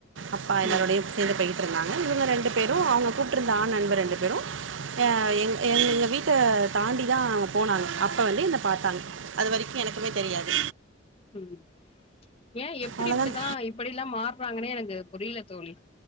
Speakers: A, on the right; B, on the left.
A: அப்பா எல்லாரோடையு
B: ம்
A: சேந்து போய் ட்ருந்தாங்க இவுங்க ரெண்டு பேரு அவுங்க கூப்ட்ருந்த ஆண் நண்பர் ரெண்டு பேரு ய எங் எங்க வீட்ட தாண்டிதா அவுங்க போனாங்க அப்ப வந்து என்ன பாத்தாங்க அது வரைக்கு எனக்குமே தெரியாது
B: ம் ஏ எப்பிடி
A: அவ்வளோதான்
B: இப்பிடிதா இப்படிலா மார்றாங்கனே எனக்கு இது புரில தோழி